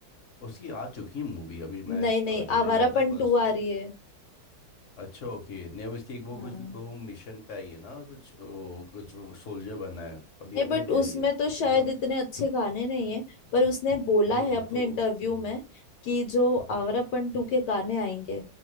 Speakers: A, on the left; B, on the left.
A: उसकी आ चुकी मूवी अभी मैं
B: नहीं नहीं
A: थिएटर
B: आवारापन
A: गया था परसों
B: टू आ रही है
A: अच्छा ओके नहीं अब इसकी एक वो
B: हाँ
A: कुछ वो मिशन पे आई है ना कुछ वो कुछ सोल्जर बना है अभी
B: नहीं
A: अभी
B: बट
A: अभी
B: उसमें
A: आई है
B: तो शायद
A: एक
B: इतने अच्छे गाने नहीं है पर उसने बोला
A: नहीं वो
B: है अपने
A: तो
B: इंटरव्यू
A: हम्म
B: में कि जो आवारा पंटू के गाने आएंगे